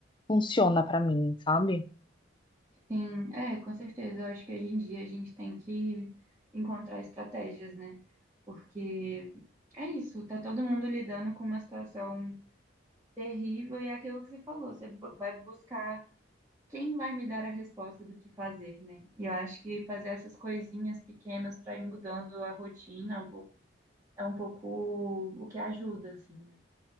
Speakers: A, on the left (about 25°); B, on the right (about 15°).
A: funciona para mim, sabe?
B: Sim, é, com certeza. Eu acho que hoje em dia a gente tem que encontrar estratégias, né? Porque é isso, tá todo mundo lidando com uma situação terrível e é aquilo que você falou, você bu- vai buscar quem vai me dar a resposta do que fazer, né? E eu acho que fazer essas coisinhas pequenas para ir mudando a rotina é um pouco é um pouco o que ajuda, assim, né?